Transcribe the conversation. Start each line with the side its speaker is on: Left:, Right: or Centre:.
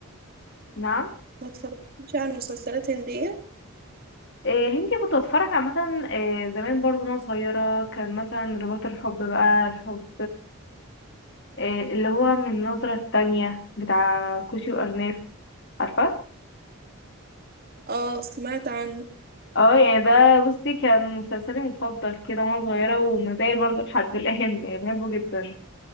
Left: نعم
Right: ما اتفرجتش على مسلسلات هندية
Left: إيه هندي كنت بتفرج عامة إيه زمان برضو وانا صغيرة كان مثلا رباط الحب بقى الحب إيه اللي هو من النظرة التانية بتاع كوشي وأرناف عارفة
Right: اه سمعت عنه
Left: اه يعني ده بصي كان مسلسلي المفضل كده وانا صغيرة ومازال برضو لحد <laughs> الآن يعني بحبه جدا